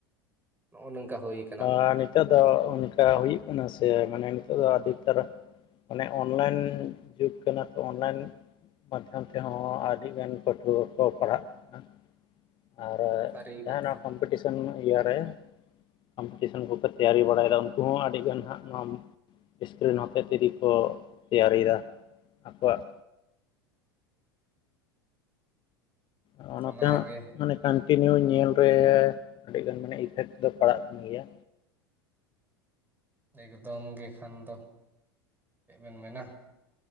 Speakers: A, on the right; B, on the left.
A: ᱱᱚᱜᱼᱚᱭ ᱱᱚᱝᱠᱟ ᱦᱳᱭ
B: ᱟᱨ ᱱᱤᱛᱚᱜ ᱫᱚ ᱚᱱᱠᱟ ᱦᱩᱭᱩᱜ ᱠᱟᱱᱟ ᱥᱮ ᱢᱟᱱᱮ ᱱᱤᱛᱚᱜ ᱫᱚ ᱟᱹᱰᱤ ᱩᱛᱟᱹᱨ ᱚᱱᱮ ᱚᱱᱞᱟᱭᱤᱱ ᱡᱩᱜᱽ ᱠᱟᱱᱟ ᱛᱚ ᱚᱱᱞᱟᱭᱤᱱ ᱢᱟᱫᱽᱫᱷᱚᱢ ᱛᱮᱦᱚᱸ ᱟᱹᱰᱤ ᱜᱟᱱ ᱯᱟᱹᱴᱷᱩᱣᱟᱹ ᱠᱚ ᱯᱟᱲᱦᱟᱜ ᱠᱟᱱᱟ ᱟᱨ
A: ᱥᱟᱹᱨᱤ
B: ᱡᱟᱸᱦᱟ
A: ᱠᱟᱛᱷᱟ
B: ᱱᱚᱣᱟ ᱠᱚᱢᱯᱤᱴᱤᱥᱚᱱ ᱤᱭᱟᱹ ᱨᱮ ᱠᱚᱢᱯᱤᱴᱤᱥᱮᱱ ᱠᱚ ᱠᱚ ᱛᱮᱭᱟᱨᱤ ᱵᱟᱲᱟᱭᱫᱟ ᱩᱱᱠᱩ ᱦᱚᱸ ᱟᱹᱰᱤ ᱜᱟᱱ ᱦᱟᱸᱜ ᱱᱚ ᱥᱠᱨᱤᱱ ᱦᱚᱛᱮ ᱛᱮᱜᱮ ᱠᱚ ᱛᱮᱭᱟᱨᱤ ᱮᱫᱟ, ᱟᱠᱚᱣᱟᱜ ᱦᱚᱜᱼᱱᱚᱛᱮ
A: ᱚᱱᱟᱜᱮ
B: ᱢᱟᱱᱮ ᱠᱟᱱᱴᱤᱱᱤᱭᱩ ᱧᱮᱞ ᱨᱮ ᱟᱹᱰᱤ ᱜᱟᱱ ᱢᱟᱱᱮ ᱤᱯᱷᱮᱠᱴ ᱫᱚ ᱯᱟᱲᱟᱜ ᱠᱟᱱ ᱜᱮᱭᱟ᱾
A: ᱮᱠᱫᱚᱢ ᱜᱮ ᱠᱷᱟᱱ ᱫᱚ ᱪᱮᱫ ᱵᱮᱱ ᱢᱮᱱᱟ᱾